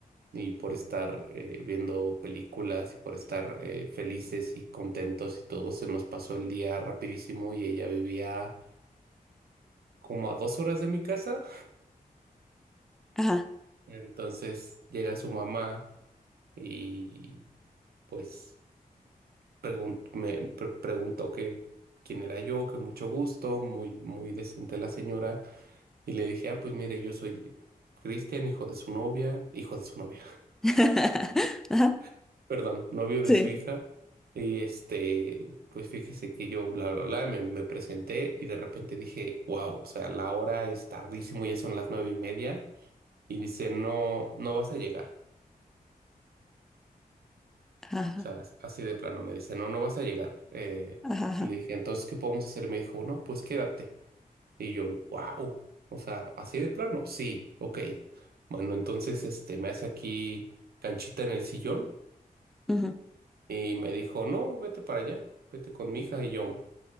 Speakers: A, on the right; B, in the centre.
A: y por estar eh, viendo películas y por estar eh, felices y contentos y todo se nos pasó el día rapidísimo y ella vivía como a dos horas de mi casa.
B: Ajá.
A: Entonces llega su mamá y pues pregun- me pre- preguntó que quién era yo, que mucho gusto, muy, muy decente la señora, y le dije, ah, pues mire, yo soy Cristian, hijo de su novia, hijo de su novia,
B: <laughs> Ajá.
A: <laughs> perdón, novio de
B: Sí.
A: su hija, y este, pues fíjese que yo, bla, bla, bla, me, me presenté y de repente dije, wow, o sea, la hora es tardísimo, ya son las nueve y media, y dice, no, no vas a llegar.
B: Ajá.
A: O sea, así de plano me dice, no, no vas a llegar. Eh,
B: Ajá. ajá.
A: y le dije, entonces, ¿qué podemos hacer? Me dijo, no, pues quédate. Y yo, wow, o sea, así de plano, sí, ok. Bueno, entonces este, me hace aquí canchita en el sillón
B: Ujú.
A: y me dijo, no, vete para allá, vete con mi hija. Y yo,